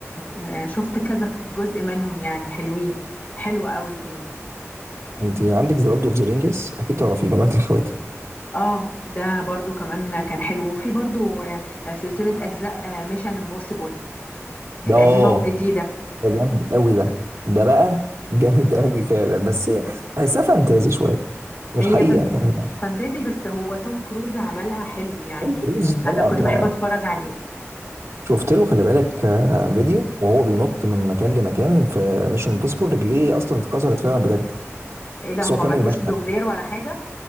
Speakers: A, on the left; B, on the right.
A: آه، شفت كذا جزء منهم يعني حلوين حلو قوي كان
B: انت عندك ذا لورد اوف ذا رينجز اكيد تعرفيه مملكة الخواتم
A: اه ده برضو كمان كان حلو وفي برضو آه، سلسلة أجزاء ميشن امبوسيبل القديمة
B: ده اه
A: والجديدة
B: ده جامد قوي ده ده بقى جامد قوي فعلا بس بحسها فانتازي شويه مش
A: هي
B: حقيقه
A: فان-
B: يعني
A: فانتازي بس هو توم كروز عملها حلو يعني
B: طيب، رز طبعا
A: أنا كنت بحب أتفرج عليه
B: شفت له خلي بالك آه، فيديو وهو بينط من مكان لمكان في ميشن امبوسيبل رجليه اصلا اتكسرت فعلا بجد
A: ايه ده
B: بس
A: هو
B: هو كمل
A: ملوش
B: المشهد
A: دوبلير ولا حاجة